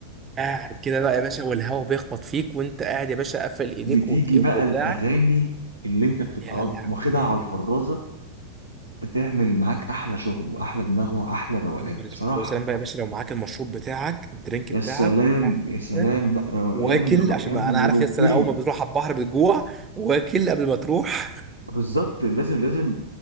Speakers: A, on the right (about 20°); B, on the right (about 80°).
A: قاعد كده بقى يا باشا والهواء بيخبط فيك وانت قاعد يا باشا قافل ايديك
B: بتيجي
A: ود-
B: بقى
A: ودراعك
B: الاغاني اللي انت بتبقى
A: يا لهوي
B: واخدها على الفرازه بتعمل معاك احلى شغل واحلى دماغ واحلى روقان
A: يا نهار اسود
B: بصراحه
A: وسلام بقى يا باشا لو معاك المشروب بتاعك الدرينك
B: يا
A: بتاعك
B: سلام
A: وقاعد
B: يا سلام لا روقان
A: واكل
B: روقان
A: عشان ما انا
B: ورقي
A: عارف يا اسطى اول ما بتروح على البحر بتجوع واكل قبل ما تروح
B: بالظبط لازم لازم